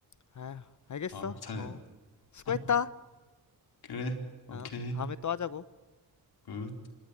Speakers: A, on the left; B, on the left.
A: 아, 알겠어.
B: 아, 잘됐다.
A: 어. 수고했다.
B: <laughs> 그래, 오케이,
A: 어, 다음에 또 하자고.
B: 굿.